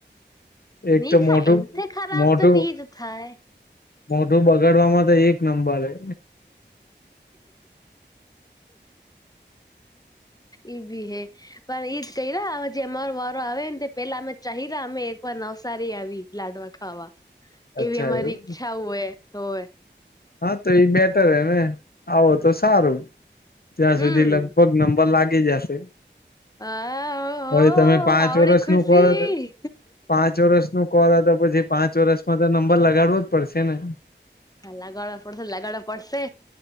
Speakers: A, on the left; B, on the left.
A: એક
B: નહી
A: તો
B: થાય
A: મોઢું,
B: એનથી ખરાબ
A: મોઢું.
B: તો નહી જ થાય
A: મોઢું બગાડવામાં તો એક નંબર હે.
B: ઈ ભી હૈ. પણ ઇજ કઈરા હવે જે અમારો વારો આવે ને તે પેલા અમે ચાહીરા અમે એકવાર નવસારી આવી. લાડવા ખાવા.
A: અચ્છા
B: એવી અમારી
A: એવું
B: ઈચ્છાઓ હે હોવે.
A: હા તો ઈ બેટર હેને. આવો તો સારું. ત્યાં
B: હમ
A: સુધી લગભગ નંબર લાગી જાશે.
B: હા હો
A: હવે તમે પાંચ
B: આવડી
A: વર્ષનું
B: ખુશી
A: કોરા તો, પાંચ વર્ષનું કોરા તો પછી પાંચ વર્ષમાં તો નંબર લગાડવો જ પડશે ને.
B: હા લગાડો પડશે, લગાડો પડશે.